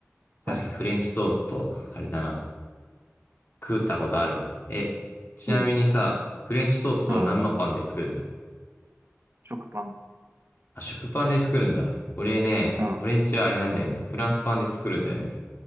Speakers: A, on the right (about 50°); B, on the left (about 45°).
A: そ
B: 確かにフレンチトースト、あれだな。食ったことあるわ。え、ちなみにさ、
A: う。うん。
B: フレンチトーストは何のパンで作る
A: うん。食パン。
B: あ、食パンで作るんだ。俺ね、
A: うん。
B: 俺んちはあれなんだよね。フランスパンで作るんだよね。